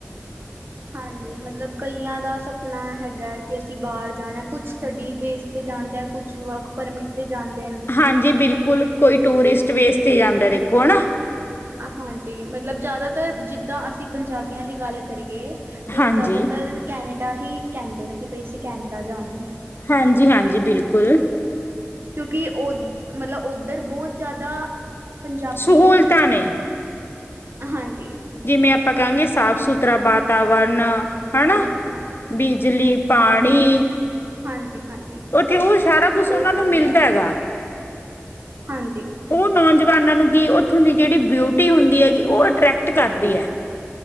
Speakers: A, on the right (about 50°); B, on the left (about 50°).
A: ਹਾਂਜੀ ਮਤਲਬ ਕਈਆਂ ਦਾ ਸਪਨਾ ਹੈਗਾ, ਕਿ ਅਸੀਂ ਬਾਹਰ ਜਾਣਾ ਕੁਛ ਸਟੱਡੀ ਬੇਸ ਤੇ ਜਾਂਦਾ, ਕੁਛ ਵਰਕ ਪਰਮਿਟ ਤੇ ਜਾਂਦੇ ਨੇ।
B: ਹਾਂਜੀ ਬਿਲਕੁਲ ਕੋਈ ਟੂਰਿਸਟ ਵੇਸ ਜਾਂਦਾਖੋ ਹੈ ਨਾ।
A: ਹਾਂਜੀ ਮਤਲਬ ਜ਼ਿਆਦਾਤਰ ਜਿੱਦਾਂ ਅਸੀਂ ਪੰਜਾਬੀਆਂ ਦੀ ਗੱਲ ਕਰੀਏ ਤੇ
B: ਹਾਂਜੀ।
A: ਉਹ ਜ਼ਿਆਦਾਤਰ ਕੈਨੇਡਾ ਹੀ ਕਹਿੰਦੇ ਨੇ, ਕਿ ਬਈ ਅਸੀਂ ਕੈਨੇਡਾ ਜਾਣਾ ਹੈ।
B: ਹਾਂਜੀ-ਹਾਂਜੀ ਬਿਲਕੁਲ।
A: ਕਿਉਂਕਿ ਉ ਮਤਲਬ ਉੱਧਰ ਬਹੁਤ ਜ਼ਿਆਦਾ ਪੰਜਾਬੀ
B: ਸਹੂਲਤਾਂ
A: ਹੈ।
B: ਨੇ
A: ਹਾਂਜੀ।
B: ਜਿਵੇਂ ਆਪਾਂ ਕਹਾਂਗੇ ਸਾਫ਼ ਸੁਥਰਾ ਵਾਤਾਵਰਨ ਹਨਾ
A: ਹਾਂਜੀ, ਹਾਂਜੀ
B: ਬਿਜਲੀ, ਪਾਣੀ
A: ਹਾਂਜੀ-ਹਾਂਜੀ
B: ਉੱਥੇ
A: ਸਭ
B: ਉਹ ਸਾਰਾ ਕੁਛ
A: ਬਹੁਤ
B: ਉਹਨਾਂ ਨੂੰ
A: ਵਧੀਆ
B: ਮਿਲਦਾ
A: ਹੈ।
B: ਹੈਗਾ
A: ਹਾਂਜੀ।
B: ਉਹ ਨੌਜਵਾਨਾਂ ਨੂੰ ਕੀ ਉੱਥੋਂ ਦੀ ਜਿਹੜੀ ਬਿਊਟੀ ਹੁੰਦੀ ਹੈਗੀ, ਉਹ ਅਟਰ੍ਰੈਕਟ ਕਰਦੀ ਹੈ।